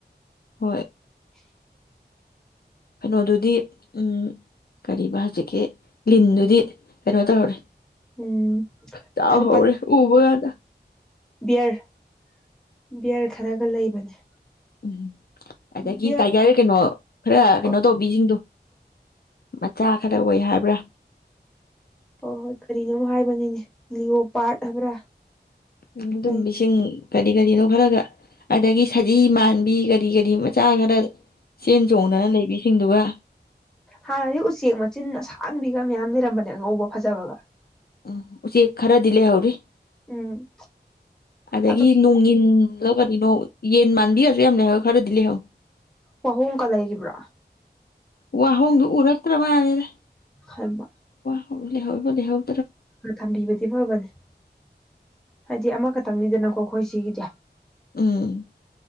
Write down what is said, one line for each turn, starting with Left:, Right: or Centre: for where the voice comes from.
Left: ꯍꯣꯏ
Centre: <inaudible>
Left: ꯀꯩꯅꯣꯗꯨꯗꯤ ꯎꯝ ꯀꯔꯤꯕ ꯍꯧꯖꯤꯛꯀꯤ ꯂꯤꯟꯗꯨꯗꯤ ꯀꯩꯅꯣ ꯇꯧꯔ
Centre: ꯎꯝ
Left: ꯇꯥ
Centre: ꯑꯗꯣ
Left: ꯍꯧꯔꯦ ꯎꯕ ꯌꯥꯗ
Centre: ꯕꯤꯌꯔ ꯕꯤꯌꯔ ꯈꯔꯒ ꯂꯩꯕꯅꯦ
Left: ꯎꯝ ꯑꯗꯒꯤ
Centre: ꯕꯤꯌꯔ
Left: ꯇꯥꯏꯒꯔ ꯀꯩꯅꯣ ꯈꯔ ꯀꯩꯅꯣ
Centre: ꯍꯣꯏ
Left: ꯇꯧꯕꯤꯁꯤꯡꯗꯣ ꯃꯆꯥ ꯈꯔ ꯑꯣꯏ ꯍꯥꯏꯕ꯭ꯔꯥ
Centre: ꯍꯣꯏ ꯍꯣꯏ ꯀꯔꯤꯅꯣꯝ ꯍꯥꯏꯕꯅꯤꯅꯦ ꯂꯤꯑꯣ ꯄꯥꯔꯠ ꯍꯥꯏꯕ꯭ꯔꯥ
Left: ꯎꯝ ꯑꯗꯨꯝ
Centre: ꯂꯩ
Left: ꯏꯁꯤꯡ ꯀꯔꯤ ꯀꯔꯤꯅꯣ ꯈꯔꯒ ꯑꯗꯩꯒꯤ ꯁꯖꯤ ꯃꯥꯟꯕꯤ ꯀꯔꯤ ꯀꯔꯤ ꯃꯆꯥ ꯈꯔ ꯆꯦꯟ ꯆꯣꯡꯗꯅ ꯂꯩꯕꯤꯁꯤꯡꯗꯨꯒ
Centre: ꯍꯥꯟꯅꯗꯤ ꯎꯆꯦꯛ ꯃꯆꯤꯟ ꯑꯁꯥꯡꯕꯤꯒ ꯃꯌꯥꯝ ꯂꯩꯔꯝꯕꯅꯦ ꯑꯉꯧꯕ ꯐꯖꯕꯒ
Left: ꯎꯝ ꯎꯆꯦꯛ ꯈꯔ ꯗꯤ ꯂꯩꯍꯧꯔꯤ
Centre: ꯎꯝ
Left: ꯑꯗꯩꯒꯤ
Centre: ꯑꯗꯨ
Left: ꯅꯣꯡꯏꯜꯂ ꯀꯔꯤꯅꯣ ꯌꯦꯟ ꯃꯥꯟꯕꯤꯔꯁꯨ ꯌꯥꯝ ꯂꯩꯍꯧ ꯈꯔꯗꯤ ꯂꯩꯍꯧ
Centre: ꯋꯥꯍꯣꯡꯨꯀ ꯂꯩꯈꯤꯕ꯭ꯔꯥ
Left: ꯋꯥꯍꯣꯡꯗꯨ ꯎꯔꯛꯇ꯭ꯔꯃꯥꯜꯂꯦꯗ
Centre: ꯈꯔꯃꯥ
Left: ꯍꯕ ꯂꯍꯧꯏꯑꯦ ꯂꯩꯍꯧ
Centre: ꯊꯝꯕꯤꯕꯗꯤ ꯐꯕꯅꯦ ꯍꯥꯏꯗꯤ ꯑꯃꯈꯛꯇꯪꯅꯤꯗꯅꯀꯣ ꯑꯩꯈꯣꯏ ꯁꯤꯒꯤꯗꯤ
Left: ꯎꯝ